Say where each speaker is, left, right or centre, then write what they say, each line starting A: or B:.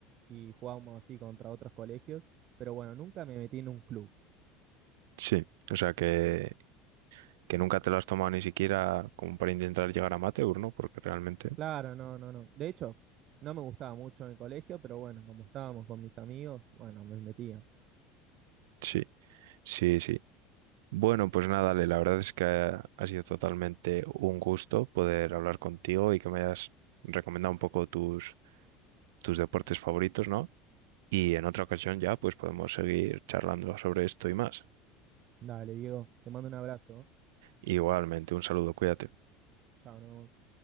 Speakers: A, on the right; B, on the right.
A: y jugábamos así contra otros colegios, pero bueno, nunca me metí en un club.
B: Sí, o sea que que nunca te lo has tomado ni siquiera como para intentar llegar a amateur, ¿no? Porque realmente,
A: Claro, no, no, no. De hecho, no me gustaba mucho en el colegio, pero bueno, como estábamos con mis amigos, bueno, me metía.
B: sí, sí, sí. Bueno, pues nada, Ale, la verdad es que ha sido totalmente un gusto poder hablar contigo y que me hayas recomendado un poco tus, tus deportes favoritos, ¿no? Y en otra ocasión ya, pues podemos seguir charlando sobre esto y más.
A: Dale, Diego, te mando un abrazo. ¿no?
B: Igualmente, un saludo, cuídate.
A: Chao, nos vemos.